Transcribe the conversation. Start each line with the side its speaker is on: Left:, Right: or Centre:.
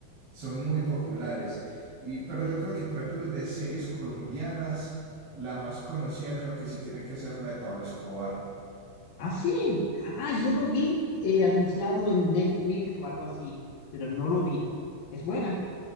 Right: son muy populares. Y, pero yo creo que, por ejemplo, de series colombianas, la más conocida creo que sí tiene que ser la de Pablo Escobar.
Left: Ah, sí. Ah,
Right: Sí.
Left: yo lo vi eh, anunciado en Netflix o algo así, pero no lo vi. Es buena.